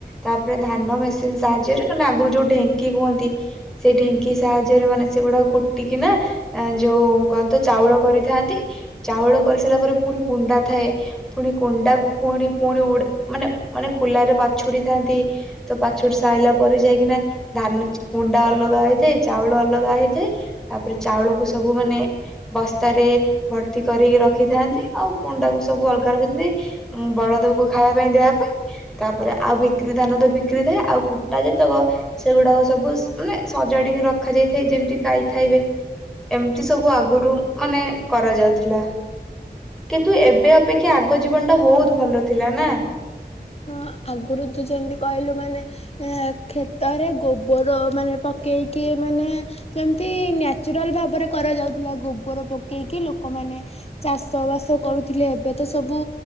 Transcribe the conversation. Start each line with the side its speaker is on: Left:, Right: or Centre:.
Centre: ତାପରେ ଧାନ ମେସିନ ସାହାଯ୍ୟରେ ନାହଲେ ଆଗରୁ ଯୋଉ ଢେଙ୍କି କୁହନ୍ତି ସେଇ ଢେଙ୍କି ସାହାଯ୍ୟରେ ମାନେ ସେଗୁଡା କୁଟିକିନା ଯୋଉ କଣତ ଚାଉଳ କରି ଥାନ୍ତି ଚାଉଳ କରିସାରିଲା ପରେ ପୁଣି କୁଣ୍ଡା ଥାଏ ପୁଣି କୁଣ୍ଡାକୁ ପୁଣି ପୁଣି ଉଡ଼ା ମାନେ ମାନେ କୁଲା ରେ ପାଛୁଡି ଥାନ୍ତି ତ ପାଛୁଡି ସାଇଲା ପରେ ଯାଇକିନା ଧାନ କୁଣ୍ଡା ଅଲଗା ହେଇଥାଏ ଚାଉଳ ଅଲଗା ହେଇଥାଏ ତାପରେ ଚାଉଳକୁ ସବୁ ମାନେ ବସ୍ତା ତାରେ ଭର୍ତ୍ତି କରିକି ରଖିଥାନ୍ତି ଆଉ କୁଣ୍ଡାକୁ ସବୁ ଅଲଗା ରଖିଥାନ୍ତି ବଳଦବକୁ ଖାଇବା ପାଇଁ ଦେବା ପାଇଁ ତାପରେ ଆଉ ବିକ୍ରି ଧାନ ତ ବିକ୍ରି ଥାଏ ଆଉ କୁଟା ଯେତକ ସେଗୁଡା ସବୁ ମାନେ ସଜାଡିକି ରଖାଯାଇଥାଏ ଯେମିତି ଗାଈ ଖାଇବେ ଏମିତି ସବୁ ଆଗରୁ ମାନେ କରାଯାଉଥିଲା କିନ୍ତୁ ଏବେ ଅପେକ୍ଷା କି ଆଗ ଜୀବନ ଟା ବହୁତ ଭଲ ଥିଲା ନା।
Left: ହଁ ଆଗରୁ ତୁ ଯେମିତି କହିଲୁ ମାନେ ଏ କ୍ଷେତରେ ଗୋବର ମାନେ ପକେଇକି ମାନେ ଯେମିତି ନ୍ୟାଚୁରାଲ ଭାବରେ କରାଯାଉଥିଲା ଗୋବର ପକେଇକି ଲୋକମାନେ ଚାଷ ବାସ କରୁଥିଲେ ଏବେ ତ ସବୁ